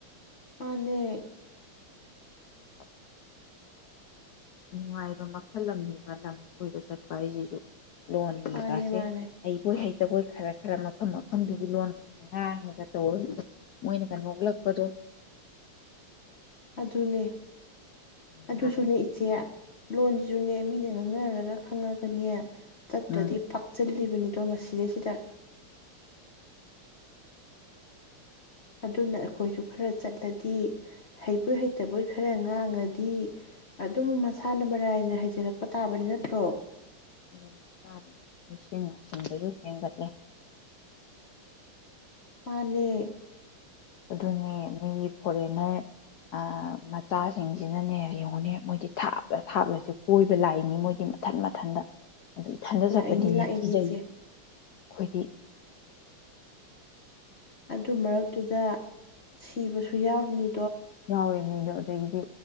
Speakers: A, on the left; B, on the left.
A: ꯃꯥꯟꯅꯦ꯫
B: <unintelligible> <inaudible> ꯅꯨꯡꯉꯥꯏꯕ ꯃꯈꯜ ꯑꯃꯅꯤꯕ ꯂꯝ ꯀꯣꯏꯕ ꯆꯠꯄ ꯍꯥꯏꯖꯤꯖꯨ꯫ ꯂꯣꯟ
A: ꯃꯥꯅꯦ
B: ꯂꯤ ꯀꯥꯁꯦ
A: ꯃꯥꯅꯦ
B: ꯍꯩꯕꯣꯏ ꯍꯩ ꯇꯕꯣꯏ ꯈꯔ ꯈꯔ ꯃꯐꯝ ꯃꯐꯝꯗꯨꯒꯤ ꯂꯣꯟ ꯉꯥꯡꯉꯒ ꯇꯧꯕꯗꯨꯗ ꯃꯣꯏꯅꯒ ꯅꯣꯛꯂꯛꯄꯗꯣ
A: ꯑꯗꯨꯅꯦ꯫
B: ꯅꯨꯡꯉꯥꯏ
A: ꯑꯗꯨꯁꯨꯅꯦ ꯏꯆꯦ ꯂꯣꯟꯖꯨꯅꯦ ꯃꯤꯅ ꯉꯥꯡꯅꯔꯒ ꯈꯪꯉꯒꯅꯦ ꯆꯠꯇ꯭ꯔꯗꯤ
B: ꯎꯝ
A: ꯐꯛꯆꯜꯂꯤ꯫ ꯅꯤꯗꯣ ꯃꯁꯤꯗꯩꯁꯤꯗ ꯑꯗꯨꯅ ꯑꯩꯈꯣꯏꯁꯨ ꯈꯔ ꯆꯠꯂꯗꯤ ꯍꯩꯕꯣꯏ ꯍꯩꯇꯕꯣꯏ ꯈꯔ ꯉꯥꯡꯉꯗꯤ ꯑꯗꯨꯝ ꯃꯁꯥꯅ ꯃꯔꯥꯏꯅ ꯍꯩꯖꯔꯛꯄ ꯇꯥꯕꯅꯤ ꯅꯠꯇ꯭ꯔꯣ꯫
B: ꯎꯝ ꯇꯥꯕꯅꯤ ꯃꯤꯁꯤꯡ ꯅꯥꯁꯤꯡꯕꯁꯨ ꯍꯦꯟꯒꯠꯂꯦ꯫
A: ꯃꯥꯟꯅꯦ꯫
B: ꯑꯗꯨꯅꯦ ꯃꯤꯒꯤ ꯐꯣꯔꯦꯟꯅ꯭ꯔ ꯑꯥ ꯃꯆꯥꯁꯤꯡꯖꯤꯅꯅꯦ ꯌꯦꯡꯉꯨꯅꯦ ꯃꯣꯏꯗꯤ ꯊꯥꯞꯂ ꯊꯥꯞꯂꯕꯁꯦ ꯀꯣꯏꯕ ꯂꯥꯛꯏꯅꯤ ꯃꯣꯏꯗꯤ ꯃꯊꯟ ꯃꯊꯟꯇ꯫ ꯑꯗꯨ ꯏꯊꯟꯇ
A: ꯂꯥꯛꯏꯅꯤ
B: ꯆꯠꯄꯗꯗꯤ
A: ꯂꯥꯛꯏꯅꯤ
B: ꯀꯤꯖꯩꯌꯦ꯫
A: ꯏꯆꯦ
B: ꯑꯩꯈꯣꯗꯤ
A: ꯑꯗꯨ ꯃꯔꯛꯇꯨꯗ ꯁꯤꯕꯁꯨ ꯌꯥꯎꯔꯤꯅꯤ꯫
B: ꯌꯥꯎꯔꯤꯃꯤꯗꯣ ꯑꯗꯩꯗꯤ